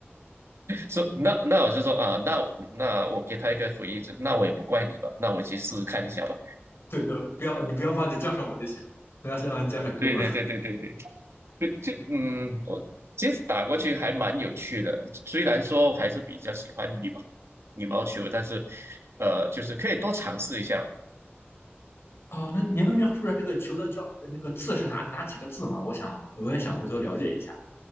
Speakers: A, on the right; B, on the left.
A: 说那那我就说啊，那那我给他一个回应，就那我也不怪你吧，那我去试试看一下吧。
B: <laughs> 对的，不要你不要忘记叫上我就行，不要忘记叫上哥们儿。
A: 对对对对对对，就就嗯，我其实打过去还蛮有趣的，虽然说还是比较喜欢羽毛羽毛球，但是呃，就是可以多尝试一下嘛。
B: 哦，那您能描述出来这个球的叫那个字是哪哪几个字吗？我想我也想回头了解一下。